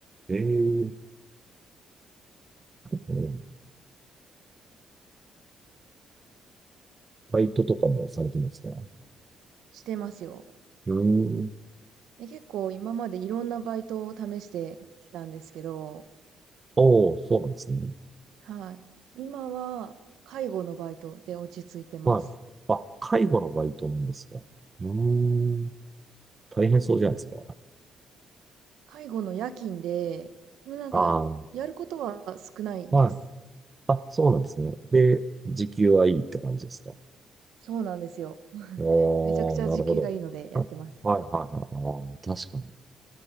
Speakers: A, on the right; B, on the right.
A: ええうん。バイトとかもされてるんですね。
B: してますよ。
A: うーん。
B: で、結構今までいろんなバイトを試してきたんですけど、
A: おー、そうなんですね。
B: はい。今は介護のバイトで落ち着いてます。
A: はい。あ、介護のバイトなんですか。うーん。大変そうじゃないですか。
B: 介護の夜勤で、でもなんか、
A: ああ、
B: やることは少ないです。
A: はい。あ、そうなんですね。で、時給はいいって感じですか。
B: そうなんですよ。
A: おー、
B: めちゃくちゃ時給がいいのでやってます。
A: なるほど。あはいはいはい。ああ、確かに。